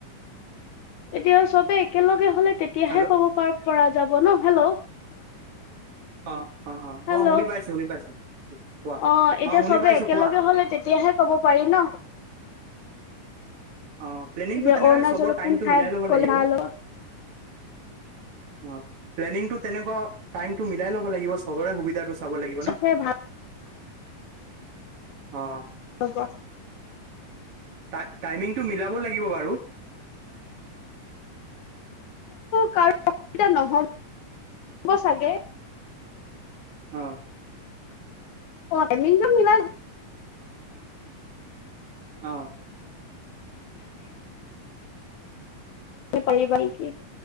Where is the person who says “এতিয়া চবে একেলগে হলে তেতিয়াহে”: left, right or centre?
Left